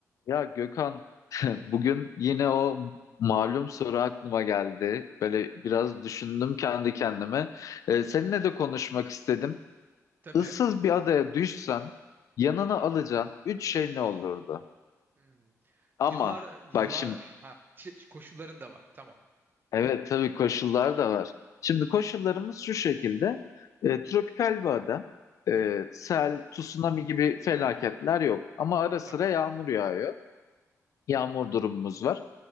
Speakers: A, on the left (about 65°); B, on the right (about 35°).
A: Ya Gökhan, <laughs> bugün yine o malum soru aklıma geldi. Böyle biraz
B: <laughs>
A: düşündüm kendi kendime. Ee, seninle de konuşmak istedim.
B: Tabii.
A: Issız bir adaya düşsen yanına alacağın üç şey ne olurdu?
B: Hmm.
A: Ama
B: Yıllar yıllar
A: bak şimdi
B: ha şey- koşulların da var. Tamam.
A: evet tabii koşullar da var. Şimdi koşullarımız şu şekilde. Ee, tropikal bir ada. Ee,
B: Hı hı.
A: sel, tsunami gibi felaketler yok. Ama ara sıra
B: Tamam.
A: yağmur yağıyor. yağmur durumumuz var.